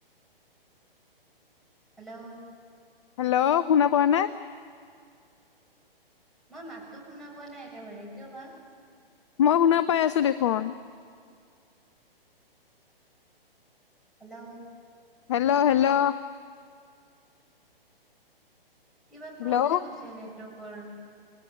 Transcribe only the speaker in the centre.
হেল্ল'
মই মাতটো শুনা পোৱা নাই একেবাৰে কিয় বা।
হেল্ল'
কিবা প্ৰব্লেম
হৈছে নে প্ৰপাৰ